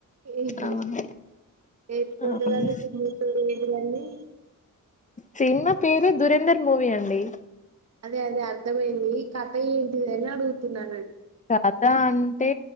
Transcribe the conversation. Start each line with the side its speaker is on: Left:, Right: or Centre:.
Right: ఎట్లుంటదండి
Left: అవును అవును
Right: సినిమా పేరేంటిదండి
Left: సినిమా పేరే దురేందర్ మూవీ అండి
Right: అదే అదే అర్థమైంది కథ ఏంటిదని అడుగుతున్నా
Left: కథ అంటే